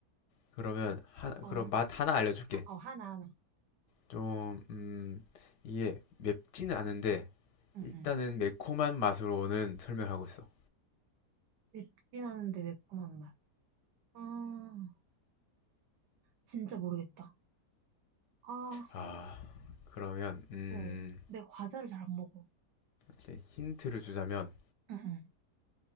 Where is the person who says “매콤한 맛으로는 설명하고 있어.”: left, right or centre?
Left